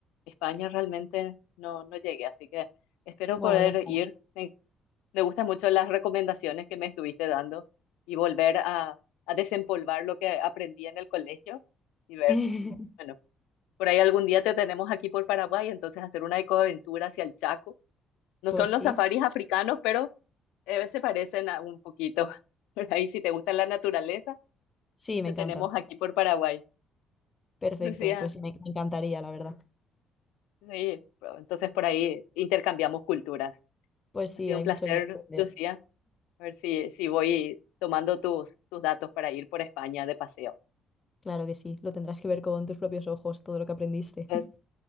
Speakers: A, on the left; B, on the left.
A: España realmente no, no llegué, así que espero
B: Bueno,
A: poder
B: ya está.
A: ir. Me, me gustan mucho las recomendaciones que me estuviste dando y volver a, a desempolvar lo que aprendí en el colegio y ver.
B: <laughs>
A: Bueno, por ahí algún día te tenemos aquí por Paraguay, entonces hacer una ecoaventura hacia el Chaco. No
B: Pues
A: son
B: sí,
A: los safaris africanos, pero eh, se parecen a un poquito. <laughs> Por ahí, si te gusta la naturaleza,
B: sí, me
A: te
B: encanta.
A: tenemos aquí por Paraguay.
B: Perfecto,
A: Lucía,
B: pues sí, me, me encantaría, la verdad.
A: sí, pero entonces por ahí intercambiamos culturas.
B: Pues sí,
A: Ha sido
B: hay
A: un
B: mucho
A: placer,
B: que aprender.
A: Lucía. A ver si, si voy tomando tus, tus datos para ir por España de paseo.
B: Claro que sí, lo tendrás que ver con tus propios ojos, todo lo que aprendiste.
A: Es-
B: <laughs>